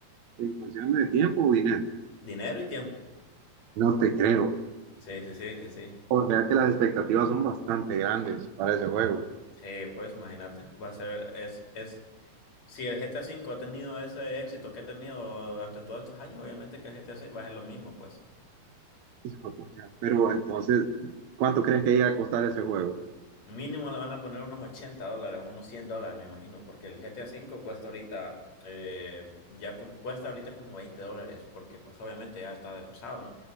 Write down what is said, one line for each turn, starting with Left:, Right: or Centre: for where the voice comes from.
Right: En cuestión de tiempo o dinero,
Left: Dinero y tiempo.
Right: no te creo.
Left: Sí, sí, sí, sí, sí.
Right: O sea que las expectativas son bastante grandes para ese juego.
Left: Sí, pues imagínate, va a ser, es, es, si el GTA 5 ha tenido ese éxito que ha tenido durante todos estos años, obviamente que el GTA seis va a ser lo mismo, pues.
Right: Hijo de pucha. Pero entonces, ¿cuánto crees que iba a costar ese juego?
Left: Mínimo le van a poner unos 80 dólares, unos 100 dólares, me imagino, porque el GTA V cuesta ahorita, eh, ya como- cuesta ahorita como 20 dólares, porque pues obviamente ya está desfasado, ¿no?